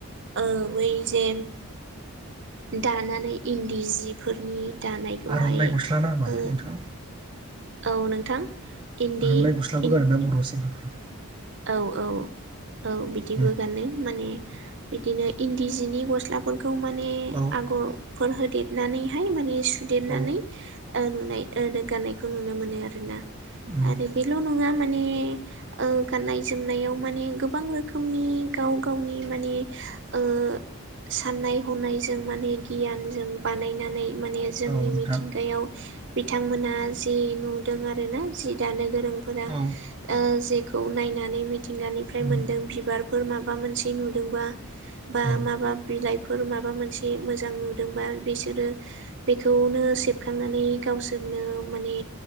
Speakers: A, on the right (about 50°); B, on the right (about 20°).
A: ओ बै जे दानानै इनदि जिफोरनि दानायखौहाय
B: आर'नाइ गस्ला ना मा
A: ओ
B: नोंथां
A: औ नोंथां इन्दि
B: आर'नाइ गस्लाबो
A: इन
B: गानोना बर' सेंग्राफ्रा
A: औ औ औ बिदिबो
B: उम
A: गानो माने बिदिनो इनदि जिनि गस्लाफोरखौ माने
B: औ
A: आगर फोर होदेरनानैहाय माने सुदेरनानै
B: औ
A: ओ नुनाय दग्गानायखौ नुनो मोनो आरोना
B: उम
A: आरो बेल' नङा मा नि ओं गाननाय जोमनायाव माने गोबां रोखोमनि गाव गावनि माने ओ साननाय हनायजों माने गियानजों बानायनानै माने जोंनि
B: औ नोंथां
A: मिथिंगायाव बिथांमोनहा जि नुदों आरोना जि दानो गोरोंफोरा
B: औ
A: ओ जेखौ नायनानै मिथिंगानिफ्राय
B: उम
A: मोनदों बिबार फोर माबा मोनसे नुदोंबा बा
B: औ
A: माबा बिलाइ फोर माबा मोनसे मोजां नुदोंबा बिसोरो बेखौनो सेबखांनानै गावसोर बिनो माने